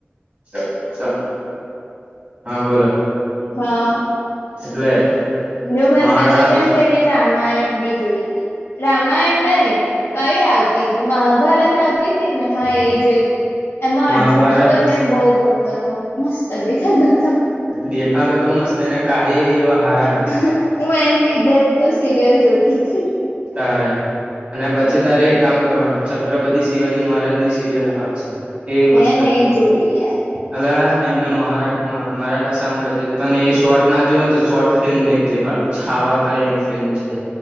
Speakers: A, on the right; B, on the left.
A: ચલ ચલ હા બોલો.
B: હા.
A: એટલે
B: જો મેમ
A: મહારાણા
B: પછી છે ન પેલી રામાયણ બી જોઈતી. રામાયણ નહીં કઈ આવ તીતી મહાભારત આવતી તી ને હા એ જોઈતી એમાં
A: મહાભારત
B: અર્જુન હતો ને બહુ ગમતો તો મને. મસ્ત દેખાતો તો.
A: દેખાતો તો મસ્ત એના કાર્યએ એવા હારા હતા.
B: પણ હું એન લીધે જ તો સિરિયલ જોતીતી.
A: તારે અને પછી તારે એક કામ કરવાનું છત્રપતિ શિવાજી મહારાજની સિરિયલ આવે છે. એ મસ્ત
B: નહી
A: છે
B: જોવી યાર.
A: અલા એમને મહા મરાઠા સામ્રાજ્ય તને એ શોટ ના જોય ને શોટસ ફિલ્મ એક દેખાડું છાવા કરીને એક ફિલ્મ છે